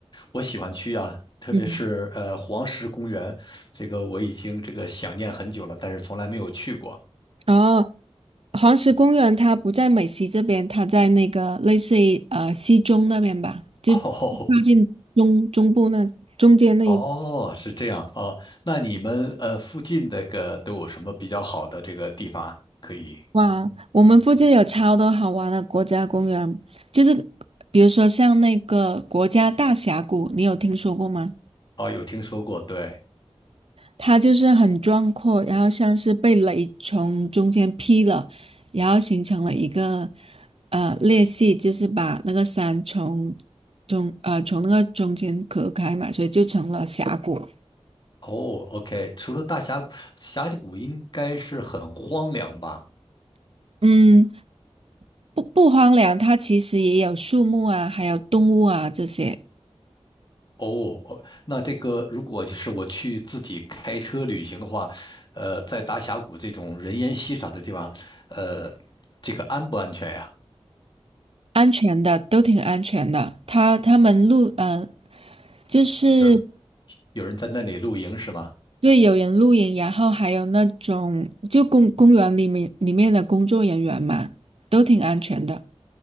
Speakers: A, on the left; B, on the right.
A: 我喜欢去啊，特别是呃黄石公园，
B: 嗯，
A: 这个我已经这个想念很久了，但是从来没有去过。
B: 哦，黄石公园它不在美西这边，它在那个类似于呃西中那边吧，就靠近中中部那中间那一。
A: <laughs> 哦哦，是这样啊。那你们呃附近那个都有什么比较好的这个地方啊可以？
B: 哇，我们附近有超多好玩的国家公园，就是比如说像那个国家大峡谷，你有听说过吗？
A: 哦，有听说过，对。
B: 它就是很壮阔，然后像是被雷从中间劈了，然后形成了一个呃裂隙，就是把那个山从中呃从那个中间隔开嘛，所以就成了峡谷。
A: 哦，OK，除了大峡谷，峡谷应该是很荒凉吧？
B: 嗯，不不荒凉，它其实也有树木啊，还有动物啊这些。
A: 哦，哦那这个如果就是我去自己开车旅行的话，呃，在大峡谷这种人烟稀少的地方，呃，这个安不安全呀？
B: 安全的，都挺安全的。他他们录呃，就是
A: 有有人在那里露营是吗？
B: 对有人露营，然后还有那种就公公园里面里面的工作人员嘛，都挺安全的。